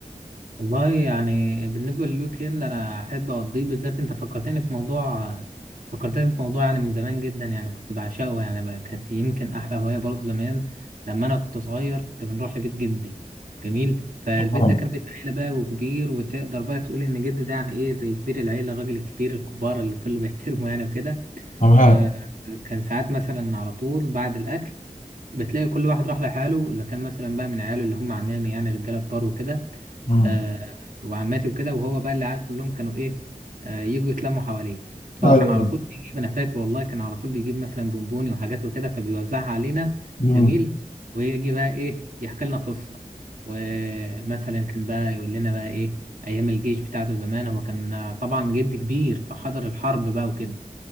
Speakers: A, on the right (about 70°); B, on the left (about 60°).
A: والله يعني بالنسبة للويك اند أنا أحب أقضيه بالذات أنت فكرتني في موضوع فكرتني في موضوع يعني من زمان جدا يعني كنت بعشقه يعني بقى كانت يمكن أحلى هواية برضه زمان لما أنا كنت صغير كنت بنروح لبيت جدي جميل فالبيت
B: أيوة،
A: ده كان بيت عيلة بقى وكبير وتقدر بقى تقول إن جدي ده يعني إيه زي كبير العيلة الراجل الكبير الكبار اللي كله <laughs> بيحترمه يعني وكده
B: أنا معاك
A: فكان ساعات مثلا على طول بعد الأكل بتلاقي كل واحد راح لحاله إذا كان مثلا بقى من عياله اللي هم عمامي يعني رجالة كبار وكده
B: مم.
A: آه، وعماتي وكده وهو بقى العيال كلهم كانوا ايه آه، يجوا يتلموا حواليه
B: أيوه
A: هو كان على طول بيجيب انا فاكر والله كان على طول بيجيب مثلا بونبوني وحاجات وكده فبيوزعها علينا
B: مم.
A: جميل ويجي بقى ايه يحكي لنا قصة ومثلا كان بقى يقول لنا بقى ايه ايام الجيش بتاعته زمان هو كان طبعا جد كبير فحضر الحرب بقى وكده